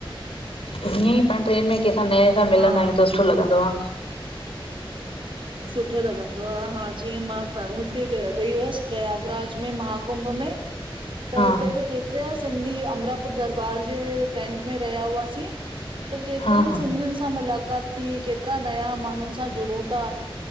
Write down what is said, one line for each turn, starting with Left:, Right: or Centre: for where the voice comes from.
Left: ईंअंई पांण ट्रेन में केंसां नए सां मिलंदा
Right: हा
Left: आहियूं त सुठो लॻंदो आ।
Right: सुठो लॻंदो आ, हा जीअं मां हुते वियमि वई हुअस प्रयागराज में महाकुंभ में त
Left: हा
Right: हुते बि के ट्रिया सिंधी अमरापुर दरबार जे टेंंट में रहिया हुआसीं त केतिरन
Left: हा हा
Right: सिंधियुन सां मुलाक़ात थी, केतरा नया माण्हुन सां जुड़ूं ता